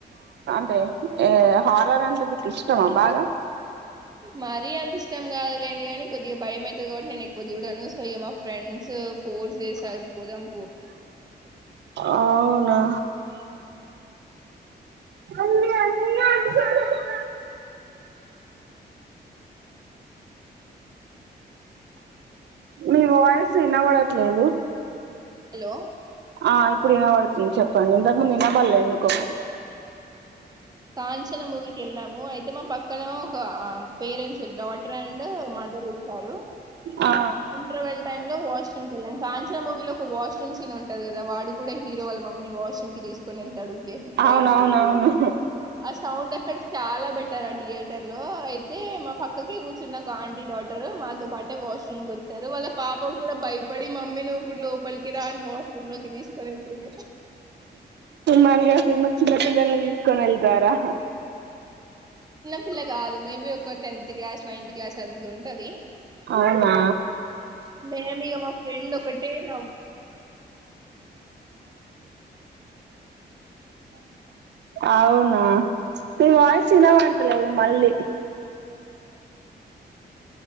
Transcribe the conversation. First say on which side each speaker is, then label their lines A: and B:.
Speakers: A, on the right; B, on the right.
A: అదే ఏ హారర్ అంటె నీక్ ఇష్టమా బాగా
B: మరీ అంత ఇష్టం కాదులేండి కానీ కొద్దిగా భయం అవుతది కాబట్టి నేను ఎక్కువ చూడను సో ఇ మా ఫ్రెండ్స్ ఫోర్స్ చేసారు పోదాం పో
A: ఆవునా అన్నా అన్నా హు హు మీ వాయ్సు వినబడట్లేదు
B: హెలో
A: ఆ ఇప్పుడు వినబడతుంది చెప్పండి ఇంతకు ముందు వినపడలేడు
B: కాంచన మూవి కెళ్ళాం మో అయితే మా పక్కన ఒక పేరెంట్స్ ఇద్ద ట్రెండ్ మదర్ వచ్చారు
A: ఆ
B: ఇంటర్వెల్ టైమ్ లో వాష్రూమ్ కి వెళ్ళాం కా ఇచ్చే మూవీలో ఒక వాష్రూమ్ సీన్ ఉంటంది కదా వాడు కూడా హీరో వాళ్ళ మమ్మీ వాష్రూమ్ క తీసుకు కొనీళ్ తాడు ఒకె బయం
A: అవునవునవును
B: ము అ సౌండ్ ఎఫెక్ట్ సె చాలా బెటర్ ఆ థియేటర్ లో తె మా పక్క కేగు చిన్న ఒక ఆంటీ డాటర్ మాతో పాటే వాష్రూమ్ కు వచ్చారు వాళ్ళ పాప కూడా భయపడి మమ్మీని కూడా లోపలకి రా అని వాష్ రూమ్ కి తీసుకొని వెళ్తుంది
A: మరి గా చిన్న పిల్లలని తీసుకొని వెళ్తారా
B: పిల్ల గాదు మేబి ఒక టెన్ క్లాస్ నైన్త్ క్లాస్ అంతు ఉంటది
A: అవునా
B: మేము మా ఫ్రెండ్ ఒకటె నా
A: అవునా మీ వాయిస్ వినబడతలేదు మళ్ళీ